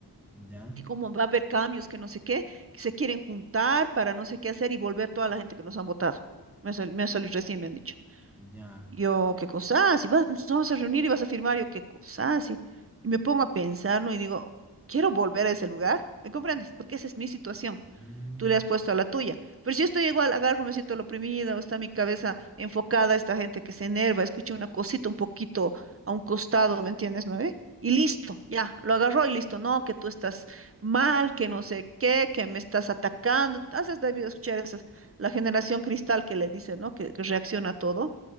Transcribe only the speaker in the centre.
ya,
ya.
mm,